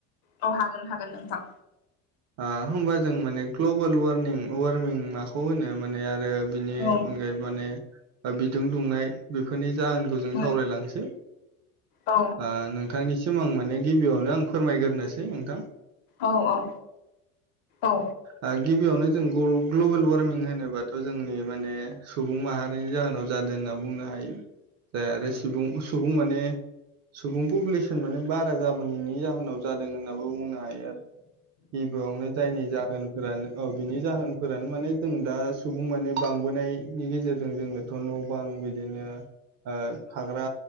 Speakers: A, on the left; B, on the right.
A: औ हागोन नोंथां
B: ओ होमबा जों माने ग्लबेल वारमिं वार्मिं माखौ होनो माने आरो बिनि
A: औ
B: अनगायै माने बिदुं दुंनाय बेफोरनि जाहोनखौ जों
A: औ
B: सावरायलांसै
A: औ
B: ओ नोंथांनिसिम आं माने गिबियावनो आं फोरमायग्रोनोसै नोंथां
A: औ औ औ
B: ओ गिबियावनो जों ग्लबेल वार्मिं होनोबाथ' जोंनि माने सुबुं माहारिनि जाहोनाव जादों होनना बुंनो हायो जाय आरो सुबुं सुबुं माने सुबुं पपुलेसन माने बारा जाबोनायनि जाहोनाव जादों होनाबो बुंनो हायो आरो गिबियावनो जायनि जाहोनफोरानो औ बिनि जाहोनफोरानो माने जों दा सुबुं माने बांबोनायनि गेजेरजों जोंनो थ' न' बां बिदिनो थाग्रा